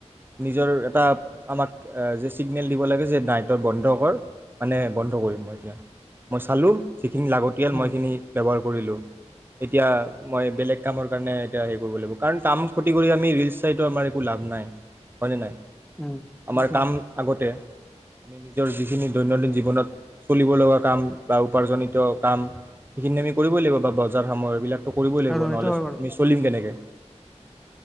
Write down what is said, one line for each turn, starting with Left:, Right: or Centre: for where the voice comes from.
Right: <unintelligible> এটা আমাক আ। চিগনেল দিব লাগে যে নাইটৰ বন্ধ কৰ মানে বন্ধ কৰিম। মই এতিয়া মই চালোঁ যিখিনি লাগতিয়াল,
Centre: উম
Right: মই সিখিনি ব্যৱহাৰ কৰিলোঁ। এতিয়া মই বেলেগ কামৰ কাৰণে এতিয়া হেৰি কৰিব লাগিব, কাৰণ কাম ক্ষতি কৰি ৰিলছ চাইটো আমাৰ একো লাভ নাই, হয়নে নাই?
Centre: উম
Right: আমাৰ
Centre: সেইটো
Right: কাম
Centre: হয়।
Right: আগতে। আমি নিজৰ যিখিনি দৈনন্দিন জীৱনত চলিব লগা কাম বা উপাৰ্জনিত কাম, সেইখিনি আমি কৰিবই লাগিব বা বজাৰ সমাৰ এইবিলাক। ত কৰিবই লাগিব
Centre: আৰু সেইটো
Right: নহ'লে
Centre: হয় বাৰু
Right: আমি চলিম কেনেকে?